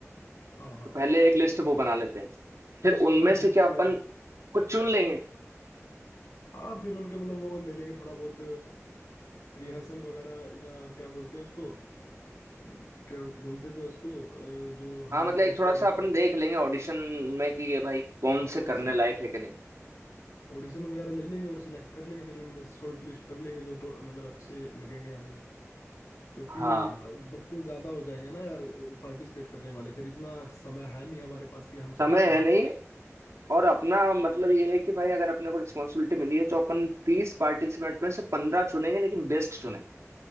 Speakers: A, on the left (about 75°); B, on the right (about 65°).
A: हाँ हाँ
B: तो पहले
A: हाँ
B: एक लिस्ट वो बना लेते हैं फिर उनमें
A: हाँ बिल्कुल
B: से क्या अपन
A: यार
B: कुछ चुन लेंगे
A: हाँ फिर उनके मतलब वो ले लेंगे थोड़ा बहुत रिहर्सल वगैरह या क्या बोलते हैं उसको अम, क्या बोलते तो इसको अ, जो
B: हाँ
A: हम
B: मतलब
A: देते
B: एक थोड़ा
A: हैं
B: सा
A: मतलब
B: अपन देख लेंगे ऑडिशन में कि ये भाई कौन
A: हाँ
B: से
A: ऑडिशन
B: करने लायक है कि नहीं
A: ऑडिशन वगैरह ले लेंगे और सिलेक्ट कर लेंगे फिर उनमें शॉर्ट लिस्ट कर लेंगे जो तो, मतलब अच्छे लगेंगे हमें क्योंकि
B: हाँ
A: अ, बच्चे ज़्यादा हो जाएंगे ना यार पार्टिसिपेट करने वाले फिर इतना समय है नहीं हमारे पास कि हम
B: समय
A: सबका
B: है नहीं और अपना मतलब ये है कि भाई अगर अपने को रिस्पॉन्सिबिलिटी मिली है तो अपन तीस पार्टिसिपेंट में से पंद्रह चुनेंगे लेकिन बेस्ट चुनेंगे